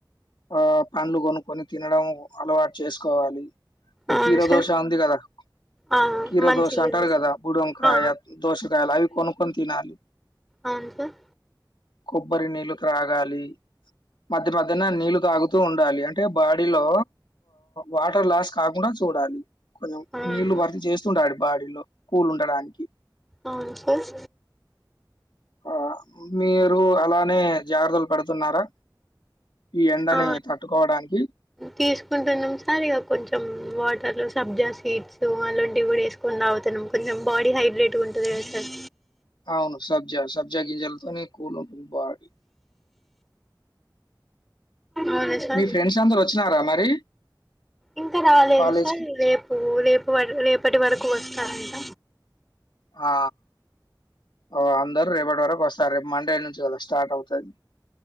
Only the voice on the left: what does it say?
ఆ పండ్లు కొనుక్కొని తినడం అలవాటు చేసుకోవాలి ఆ
కీరా
దోష ఉంది కదా
కిరా
దోస అంటారు కదా
బుడంకా
దోస కాయాల అవి కొనుకొని తినాలి
కొబ్బరి నీళ్ళు త్రాగాలి మధ్య మధ్యన నీళ్లు తాగుతూ ఉండాలి అంటే బాడీలో వాటర్ లాస్ కాకుండా చూడాలి కొంచెం
నీళ్లు భర్తీ చేస్తుండా బాడీలో కూల్ ఉండడానికి
ఆ మీరు అలానే జాగ్రత్తలు పడుతున్నారా ఈ ఎండని
తట్టుకోవడానికి
అవును సబ్జా సబ్జా గింజాలతోనే కూల్ అ బడి
మీ ఫ్రెండ్స్ అందరు వచ్చినారా మరి
కాలేజ్
కి
ఆ ఓ అందరు రేపటి వరకు వస్త సరేప మండే నుంచి కదా స్టార్ట్ అవుతది